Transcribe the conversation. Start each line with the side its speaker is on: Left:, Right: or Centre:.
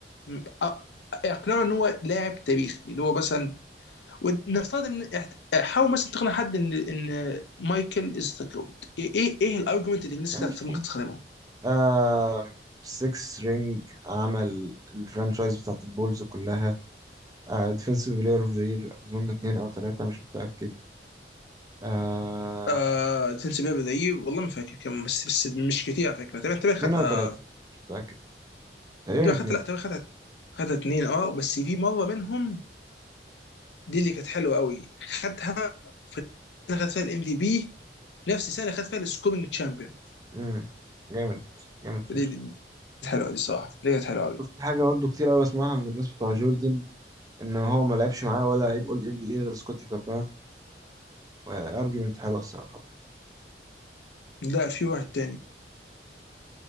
Left: م- أ- اقنعه ان هو لاعب تاريخي اللي هو مثلا ونفترض ان احت- حاول مثلا تقنع حد ان ان مايكل از ذا جوت ايه ايه ايه الارجيومنت اللي بالنسبه
Right: ماشي
Left: لك ممكن تستخدمه؟
Right: آه 6 رينج عمل الفرانشايز بتاعت البولز كلها آه ديفنسيف بلاير اوف ذا يير اظن اتنين او تلاتة مش متأكد آه...
Left: آه تنسى بيها بدقيق والله ما فاكر كم بس بس مش كتير على فكره تقريبا تقريبا
Right: اتنين
Left: خدها
Right: أو تلاتة مش متأكد تقريبا
Left: تقريبا
Right: اتنين
Left: خدها لا تقريبا خدها خدها اتنين اه بس في مره منهم دي اللي كانت حلوه قوي خدها خد فيها الام في بي نفس السنه اللي خد فيها السكورينج تشامبيون
Right: مم. جامد جامد فشخ
Left: دي دي دي كانت حلوه دي صراحه دي كانت حلوه قوي
Right: في حاجة برضه كتير أوي أسمعها من الناس بتوع جوردن إن هو ما لعبش معاه ولا لعيب أول إن بي إيه غير سكوتي بابا وأرجيومنت حلوة الصراحة
Left: لا في واحد تاني